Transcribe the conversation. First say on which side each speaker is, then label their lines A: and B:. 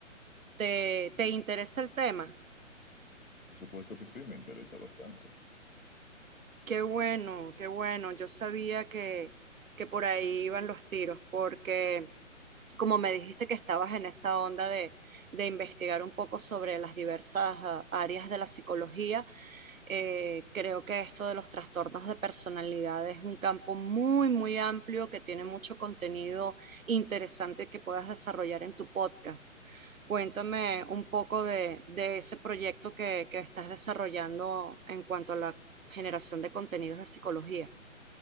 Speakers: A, on the right; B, on the left.
A: ¿Te, te interesa el tema?
B: Por supuesto que sí, me interesa bastante.
A: Qué bueno, qué bueno. Yo sabía que, que por ahí iban los tiros, porque como me dijiste que estabas en esa onda de, de investigar un poco sobre las diversas ah, áreas de la psicología, eh, creo que esto de los trastornos de personalidad es un campo muy, muy amplio que tiene mucho contenido interesante que puedas desarrollar en tu podcast. Cuéntame un poco de, de ese proyecto que, que estás desarrollando en cuanto a la generación de contenidos de psicología.